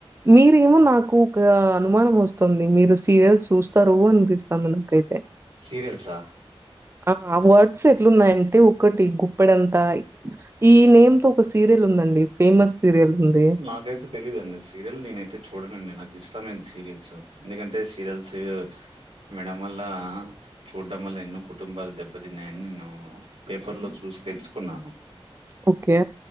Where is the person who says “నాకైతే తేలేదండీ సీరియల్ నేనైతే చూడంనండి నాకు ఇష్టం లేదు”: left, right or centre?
Right